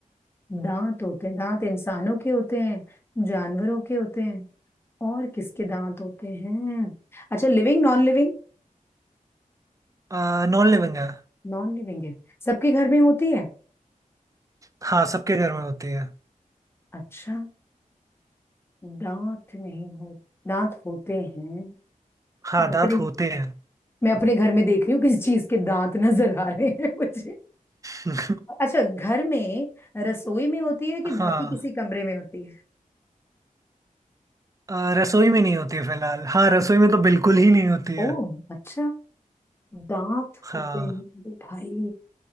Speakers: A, on the left; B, on the right.
A: दांत होते हैं दांत इंसानों के होते हैं जानवरों के होते हैं और किसके दांत होते हैं अच्छा living non living
B: आ, नॉन लिविंग है
A: Non living है सबके घर में होती है
B: हाँ सबके घर में होती है
A: अच्छा दांत नहीं हो दांत होते हैं
B: हाँ
A: मैं
B: दांत
A: अपने
B: होते हैं
A: मैं अपने घर में देख रही हूँ किस चीज के दांत नजर आ रहे हैं मुझे
B: <laughs>
A: अच्छा घर में रसोई में होती है कि बाकी
B: हाँ
A: किसी कमरे में होती है
B: आ, रसोई में नहीं होती है फिलहाल हाँ रसोई में तो बिल्कुल ही नहीं होती
A: ओह
B: है
A: अच्छा दांत
B: हाँ
A: होते हैं अरे भाई